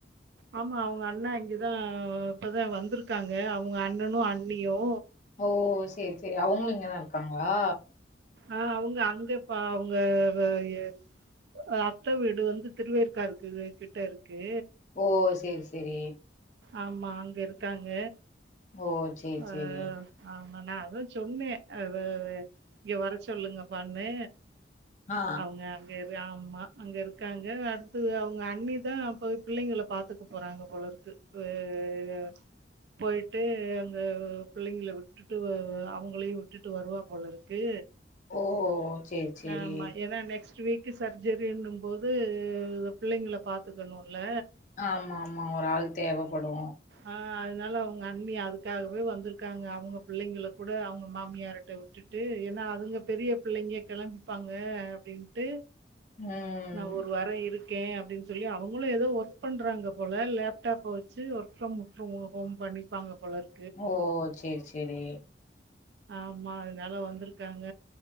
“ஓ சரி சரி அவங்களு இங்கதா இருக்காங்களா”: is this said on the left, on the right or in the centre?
Left